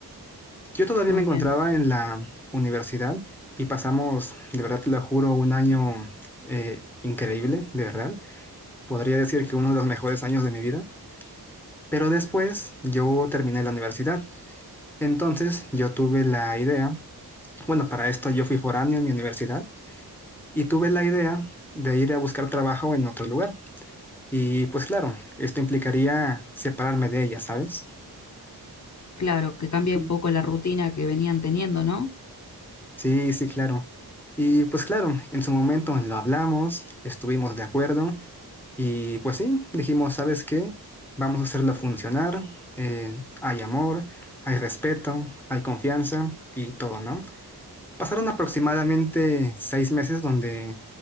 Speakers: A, in the centre; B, on the left.
A: Yo todavía
B: Muy
A: me encontraba
B: bien.
A: en la universidad y pasamos, de verdad te lo juro, un año eh, increíble, de verdad. Podría decir que uno de los mejores años de mi vida. Pero después yo terminé la universidad. Entonces yo tuve la idea, bueno, para esto yo fui foráneo en mi universidad y tuve la idea de ir a buscar trabajo en otro lugar. Y pues claro, esto implicaría separarme de ella, ¿sabes?
B: Claro, que cambia
A: Sí.
B: un poco la rutina que venían teniendo, ¿no?
A: Sí, sí, claro. Y pues claro, en su momento lo hablamos, estuvimos de acuerdo y pues sí, dijimos, ¿sabes qué? Vamos a hacerlo funcionar. eh, hay amor, hay respeto, hay confianza y todo, ¿no? Pasaron aproximadamente seis meses donde,